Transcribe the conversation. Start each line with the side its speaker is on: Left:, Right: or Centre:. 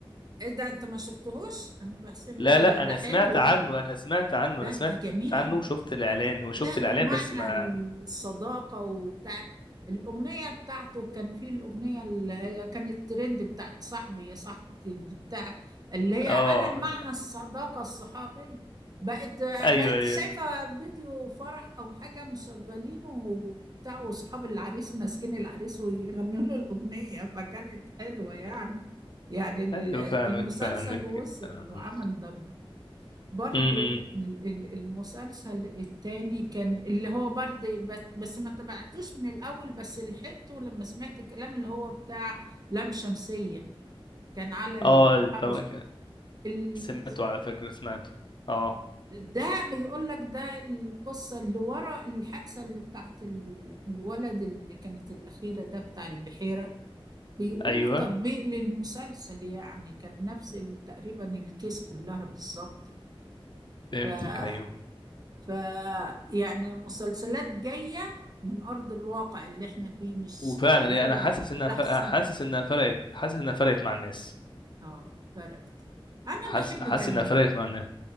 Right: ايه ده انت ما شفتهوش انا بحسب لا
Left: لا لا
Right: ده ده
Left: انا
Right: حلو
Left: سمعت
Right: لا
Left: عنه انا سمعت عنه انا
Right: لا
Left: سمعت
Right: ده جميل
Left: عنه وشفت الاعلان وشفت
Right: لا
Left: الاعلان
Right: ومعنى
Left: بس ما
Right: الصداقة وبتاع الأغنية بتاعته كان في الأغنية اللي هي كانت ترند بتاعت صاحبي يا صاحبي دي بتاع اللي هي
Left: اه
Right: على المعنى الصداقة الصحابية بقت
Left: ايوه
Right: بقت
Left: ايوه
Right: شايفة فيديو فرح أو حاجة مشغلينه وبتاع وصحاب العريس ماسكين العريس ويغنوا له الأغنية فكانت حلوة يعني
Left: <laughs>
Right: يعني ال-
Left: ايوه فاهمك
Right: المسلسل
Left: فاهمك
Right: وصل
Left: امم
Right: وعمل ضجة برضو
Left: إمم.
Right: ال- ال- المسلسل التاني كان اللي هو برضه بس بس ما تبعتوش من الأول بس لحقته لما سمعت الكلام اللي هو بتاع لام شمسية كان على التحرش
Left: اه طبعا
Right: ال-
Left: سمعته على فكرة سمعته اه
Right: ده بيقول لك ده القصة اللي ورا الحادثة اللي بتاعت ال- الولد اللي كانت الأخيرة ده بتاع البحيرة بيقولوا
Left: ايوه
Right: تطبيق للمسلسل يعني كان نفس ال- تقريبا الكيس كلها بالظبط
Left: فهمتك
Right: ف
Left: ايوه
Right: ف يعني مسلسلات جاية من أرض الواقع اللي احنا فيه مش
Left: وفعلا
Right: خيالية
Left: يعني انا حاسس انها
Right: لحسن
Left: ف... حاسس انها فرقت حاسس انها فرقت مع الناس
Right: اه فرقت أنا
Left: حاسس
Right: بحب
Left: حاسس
Right: كان
Left: انها فرقت مع الناس